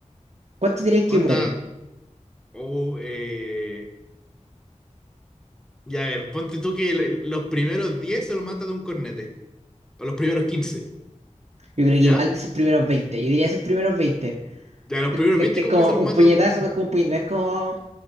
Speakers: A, on the right; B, in the centre.
A: ¿Cuánto diréis que
B: Onda,
A: mueren?
B: o eh, ya, a ver, ponte tú que el- los primeros 10 se los mata de un cornete, o los primeros 15,
A: Yo creo que igual
B: ¿ya?
A: esos primeros veinte yo diría esos primeros veinte
B: Ya, los primeros
A: Es
B: 20
A: que
B: como
A: es como
B: que se los
A: un
B: mata
A: puñetazo,
B: de un cornete.
A: es como un puñe- no es como